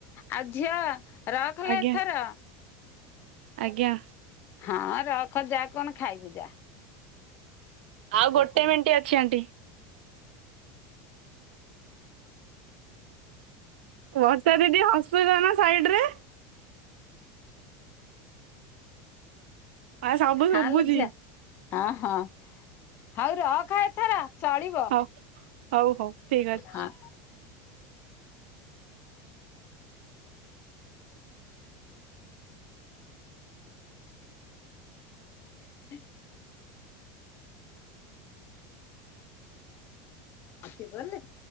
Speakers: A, on the left; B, on the right.
A: ଆଉ ଝିଅ ରଖଲୋ
B: ଆଜ୍ଞା
A: ଏଥର
B: ଆଜ୍ଞା
A: ହଁ ରଖ ଯା କଣ ଖାଇବୁ ଯା
B: ଆଉ
A: ହଁ
B: ଗୋଟେ ମିନିଟ୍ ଅଛି ଆଣ୍ଟି ବର୍ଷା ଦିଦି ହସୁଛ ନା ସାଇଡ ରେ ଆ ସବୁ
A: ହଁ
B: ଶୁଭୁଚି।
A: ଲୋ ଝିଅ ହଁ ହଁ ହଉ ରଖ ଏଥର ଚଳିବ
B: ହଉ ହଉ ହଉ ଠିକ ଅଛି।
A: ହଁ ହଁ ଆସିଗଲେ